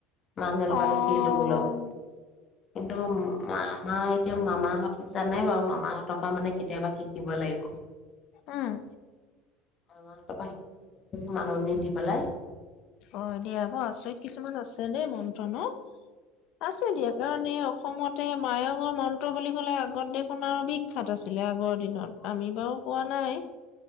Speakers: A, on the left; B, on the left.
A: মানুহজনৰ
B: অ',
A: পৰা লিখি খিলো বলো কিন্তু আমাৰ এতিয়া মামাহঁতে জানে বাৰু মামাহঁতৰ পৰা মানে কেতিয়াবা শিক শিকিব লাগিব।
B: উম'
A: অ' তাৰপৰা শিক মাননি দি পেলাই <unintelligible>
B: অ' হয় দিয়া আকৌ আচৰিত কিছুমান আছে দেই মন্ত্ৰ ন আছে দিয়া কাৰণ এই অস অসমতে মায়ঙৰ মন্ত্ৰ বুলি ক'লে আগত দেখোন আও বিখ্যাত আছিল। লে আগৰ
A: কিন্তু
B: দিনত,
A: মোৰ
B: আমি বাৰু পোৱা নাই।